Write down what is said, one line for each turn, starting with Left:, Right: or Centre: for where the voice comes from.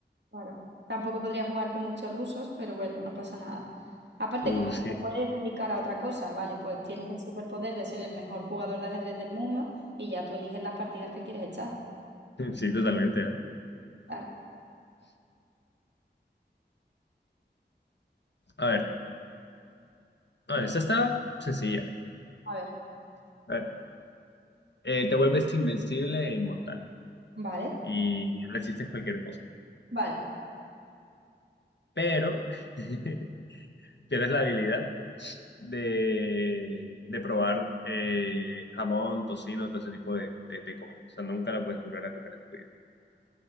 Right: Claro. Tampoco podría jugar con muchos rusos, pero bueno, no pasa nada. Aparte,
Left: Uh,
Right: como
Left: sí,
Right: que te puedes dedicar a otra cosa, ¿vale? Pues tienes el superpoder de ser el mejor jugador de ajedrez del mundo y ya tú eliges las partidas que quieres echar.
Left: <laughs> sí, totalmente, ¿eh?
Right: Claro.
Left: A ver, a
Right: Di-
Left: ver, esta está sencilla.
Right: A ver,
Left: A ver, eh, te vuelves invencible e inmortal
Right: vale,
Left: y resistes cualquier cosa,
Right: vale.
Left: pero <laughs> tienes la habilidad de, de probar eh, jamón, tocino, todo ese tipo de, de, de comida. O sea, nunca la puedes volver a comer en tu vida.